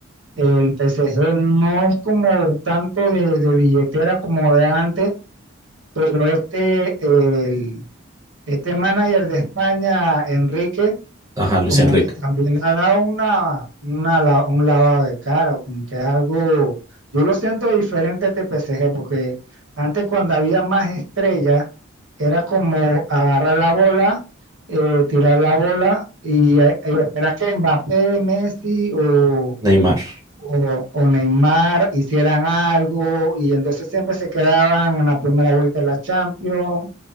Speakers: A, on the right; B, on the right.
A: el PSG no es como tanto de, de billetera como de antes, pero este, el, este manager de España, Enrique,
B: Ajá, Luis
A: como
B: Enrique,
A: que también le ha dado una, una la- un lavado de cara, o como que es algo, yo lo siento diferente a TPCG, porque antes cuando había más estrellas, era como agarrar la bola, eh, tirar la bola y, eh, y esperar que Mbappé, Messi o,
B: Neymar.
A: o, o Neymar hicieran algo, y entonces siempre se quedaban en la primera vuelta de la Champions,